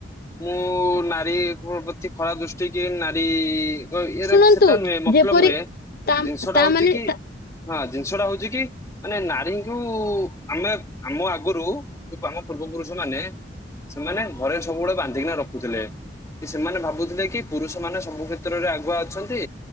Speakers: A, on the left; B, on the left.
A: ମୁଁ ନା ନାରୀ ଉପରେ କିଏ ଖରାପ ଦୃଷ୍ଟି କିଏ ନାରୀ ଇଏ
B: ଶୁଣନ୍ତୁ
A: ଦେଖ ସେଟା ନୁହେଁ ମତଲବ
B: ଯେପରି
A: ନୁହେଁ
B: ତା
A: ଜିନିଷଟା
B: ତା
A: ହଉଛି
B: ମାନେ
A: କି?
B: ତା
A: ହଁ ଜିନିଷ ଟା ହଉଛି କି ମାନେ ନାରୀଙ୍କୁ ଆମେ ଆମ ଆଗରୁ ଆମ ପୂର୍ବ ପୁରୁଷ ମାନେ ସେମାନେ ଘରେ ସବୁବେଳେ ବାନ୍ଧିକିନା ରଖୁଥିଲେ କି ସେମାନେ ଭାବୁଥିଲେ କି ପୁରୁଷ ସେମାନେ ସବୁ କ୍ଷେତ୍ରରେ ଆଗୁଆ ଅଛନ୍ତି